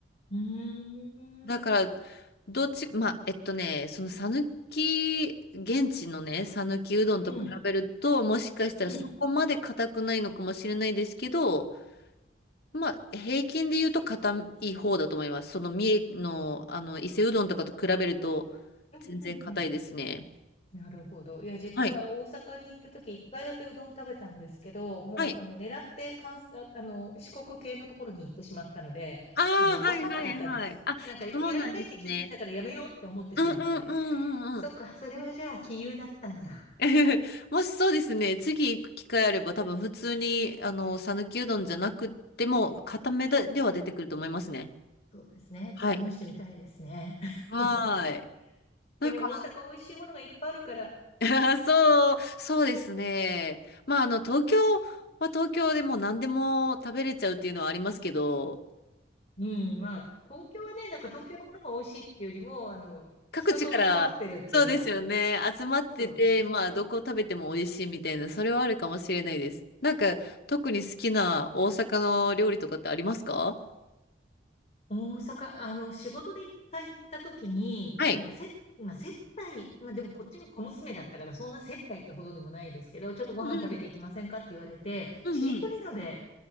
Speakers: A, on the left; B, on the left.
A: うーん。
B: だから、どっち、まあ、えっとね、その讃岐、現地のね、讃岐うどんと比べると、
A: うん、うん、
B: もしかしたらそこまで硬くないのかもしれないですけど、
A: うん、う
B: まあ、平均で言うと硬い方だと思います。その三重の、あの、伊勢うどんとかと比べると、
A: ん。
B: 全然硬いですね。
A: うんなるほど。いや、実は大阪に行った時、
B: はい。
A: 一回だけうどん食べたんですけど、もう、
B: はい。
A: あの、狙って関西、ああの、四国系のところに行ってしまったので、
B: ああ、
A: あの、
B: はいはいはい。
A: わかんなかったんですよ。
B: あ、
A: なんか、柔らかいって聞いてたからやめようって思ってしまって。
B: そうなんですね。うんうんうんうんうん。
A: そっか、それはじゃあ、杞憂だったんだ。
B: <laughs> もしそうですね、次行く機会あれば多分普通に、あの、讃岐うどんじゃなくても、固めででは出てくると思いますね。
A: そうですね。
B: はい。
A: ちょっと試してみたいですね。<laughs>
B: はーい。なんか、
A: でも、大阪美味しいものがいっぱいあるから、
B: あそう、そうですね。まあ、あの、東京は東京でもう何でも食べれちゃうっていうのはありますけど、
A: うん、まあ、東京はね、なんか東京のものが美味しいっていうよりも、あの、一通り揃ってるっていうのが、
B: 各地から、そうですよね、集まってて、
A: そうですね。
B: まあ、どこ食べても美味しいみたいな、それはあるかもしれないです。なんか、特に好きな大阪の料理とかってありますか
A: 大阪、あの、仕事で一回行った時に、
B: はい。
A: なんかせ、まあ、接待、まあでもこっちが小娘だったから、そんな接待ってほどでもないですけど、ちょっとご飯食べていきませんかって言われて、
B: うんうん。うんうん。
A: ちりとり鍋